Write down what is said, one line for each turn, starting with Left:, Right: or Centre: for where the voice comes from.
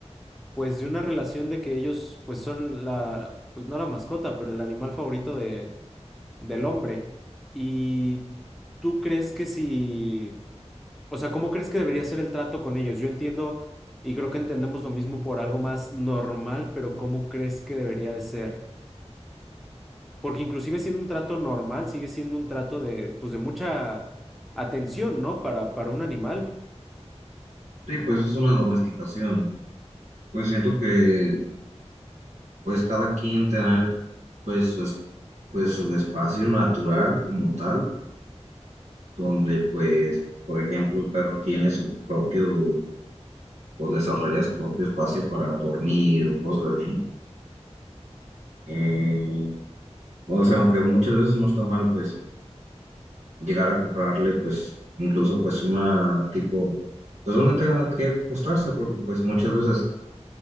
Centre: pues de una relación de que ellos, pues son la, pues no la mascota, pero el animal favorito de, del hombre. Y tú crees que si, o sea, ¿cómo crees que debería ser el trato con ellos? Yo entiendo y creo que entendemos lo mismo por algo más normal, pero ¿cómo crees que debería de ser? Porque inclusive siendo un trato normal, sigue siendo un trato de, pues, de mucha atención, ¿no? Para, para un animal.
Right: Sí, pues es una domesticación. Pues siento que pues cada quien tener pues su es- pues su espacio natural como tal donde pues, por ejemplo, el perro tiene su propio o desarrolla su propio espacio para dormir o cosas así. Eh, o sea, aunque muchas veces no está mal, pues, llegar a comprarle, pues, incluso, pues, una tipo, pues, donde tenga que acostarse, porque, pues, muchas veces,